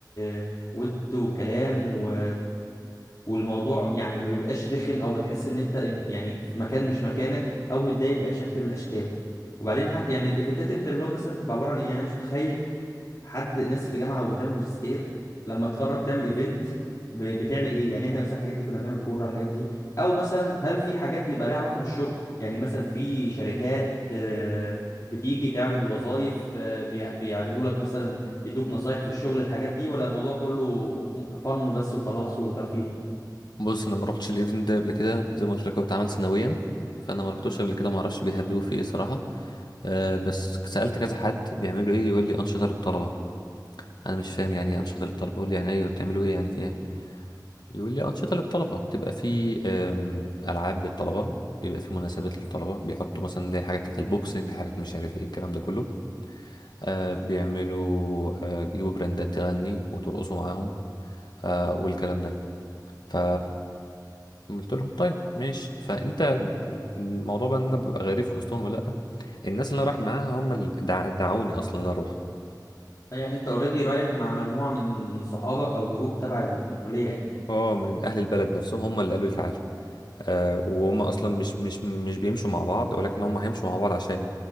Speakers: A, on the left; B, on the left.
A: آه، ود وكلام و... والموضوع يعني ما بيبقاش رخم أو بتحس إن أنت يعني في مكان مش مكانك أو متضايق بأي شكل من الأشكال؟ وبعدين حتى يعني الايفنتات اللي بتعملوها مثلا بتبقى عباره عن ايه يعني انا مش متخيل حد ناس في جامعه وبتعمل ماجستير لما تقرر تعمل ايفنت بتعمل ايه يعني احنا مثلا الحاجات دي كنا بنعمل كوره الحاجات دي او مثلا هل في حاجات بيبقى ليها علاقه بالشغل يعني مثلا في شركات آه، بتيجي تعرض وظائف آه، بيع- بيعرضوا لك مثلا يدوك نصايح في الشغل الحاجات دي ولا الموضوع كله فن بس وخلاص وترفيه
B: بص انا ما روحتش الايفنت ده قبل كده زي ما قلت لك هو بيتعمل سنويا فانا ما رحتوش قبل كده ما اعرفش بيهببوا فيه ايه صراحه أه بس سالت كذا حد بيعملوا ايه يقول لي انشطه للطلبه انا مش فاهم يعني ايه انشطه للطلبه اقول له يعني ايوه بتعملوا ايه يعني فيها يقول لي انشطه للطلبه بتبقى في آم، العاب للطلبه بيبقى في مناسبات للطلبه بيحطوا مثلا اللي هي حاجات بتاعت البوكسنج حاجات مش عارف ايه الكلام ده كله أه بيعملوا أه بيجيبوا براندات تغني وترقصوا معاهم أه والكلام ده ف قلت لهم طيب ماشي فانت الموضوع بقى ان انا ببقى غريب في وسطهم ولا لا الناس اللي أنا رايح معاها هم اللي دع- دعوني اصلا ان أنا اروح
A: يعني انت اوريدي رايح مع مجموعه من صحابك او جروب تبع ال- الكليه يعني
B: اه من اهل البلد نفسهم هم اللي قالوا لي تعالى آه وهم اصلا مش مش مش بيمشوا مع بعض ولكن هم هيمشوا مع بعض عشاني